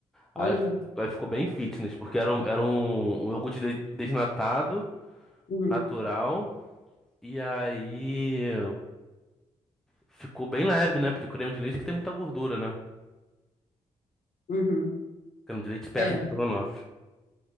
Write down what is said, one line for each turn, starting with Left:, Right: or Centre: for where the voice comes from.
Centre: Aí,
Left: Olha.
Centre: fi- aí ficou bem fitness, porque era um, era um, um iogurte de- desnatado,
Left: Uhum.
Centre: natural, e aí... Ficou bem leve, né? Porque o creme de leite que tem muita gordura, né? O
Left: Uhum.
Centre: creme de leite pesa
Left: É.
Centre: no estrogonofe.